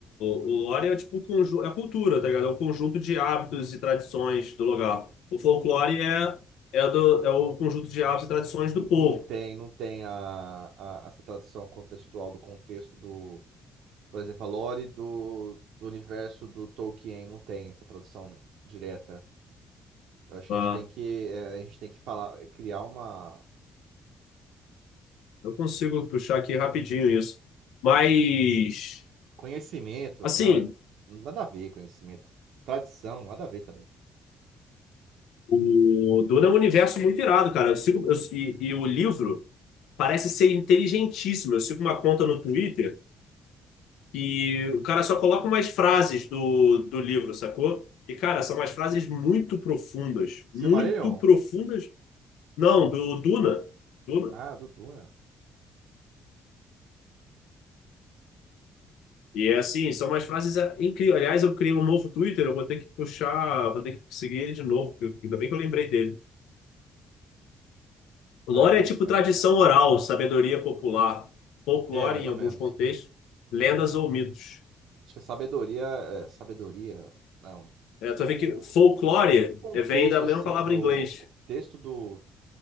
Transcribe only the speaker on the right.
Não tem, não tem a, a- essa tradução contextual do contexto do, por exemplo, a lore do, do universo do Tolkien não tem essa tradução direta. Eu acho que
a gente tem que, eh, a gente tem que falar, eh, criar uma
conhecimento,
não, nada a ver conhecimento, tradição, nada a ver também.
Silmarillion?
Ah, do Duna.
Ah, interessante,
cara.
É, mais
ou
menos.
Acho que a sabedoria, é, sabedoria, não,
é
o
é tipo o contexto
assim
do
contexto do